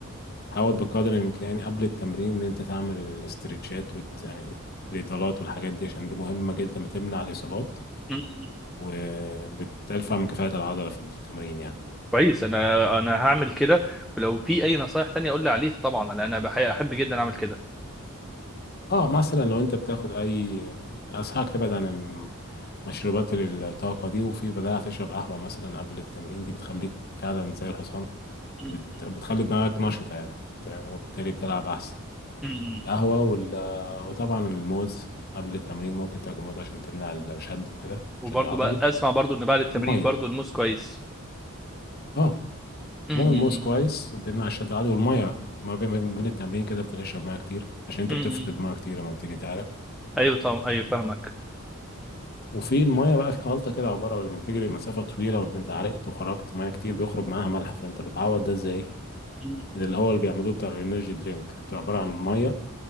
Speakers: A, on the left; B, in the centre.
A: حاول بقدر الامكان قبل التمرين ان انت تعمل الاسترتشات وت... يعني الاطالات والحاجات دي عشان دي مهمة جدا بتمنع الاصابات
B: م- م.
A: وبترفع من كفاءة العضلة في التمرين يعني
B: كويس انا انا هعمل كده ولو في اي نصايح تانية قول لي عليها طبعا لأن انا بحي- احب جدا اعمل كده
A: اه مثلا لو انت بتاخد اي انصحك تبعد عن المشروبات الطاقه دي وفي بدأت تشرب قهوه مثلا قبل التمرين دي بتخليك فعلا زي الحصان
B: م-
A: وبت- بتخلي دماغك نشطه يعني تمام وبالتالي بتلعب احسن
B: م.
A: القهوه وال... وطبعا الموز قبل التمرين ممكن تاكل موز عشان تمنع الشد وكده
B: وبرضو
A: الشد العضلي
B: بقى اسمع برضو ان بعد التمرين
A: والميه
B: برضو الموز كويس
A: اه
B: م- م.
A: عموما الموز كويس وبيمنع الشد العضلي والميه ما بين ما بين التمرين كده بتشرب ميه كتير عشان انت
B: م-
A: بتفقد
B: م.
A: ميه كتير لما بتيجي تعرق تمام
B: ايوه طبعا ايوه فاهمك
A: وفي المية بقى في خلطة كده عبارة لما تجري مسافة طويلة وانت عرقت وخرجت مية كتير بيخرج معاها ملح فانت بتعوض ده ازاي؟
B: م-
A: ده اللي هو اللي بيعملوه بتاع الانرجي درينك بتبقى عبارة عن مية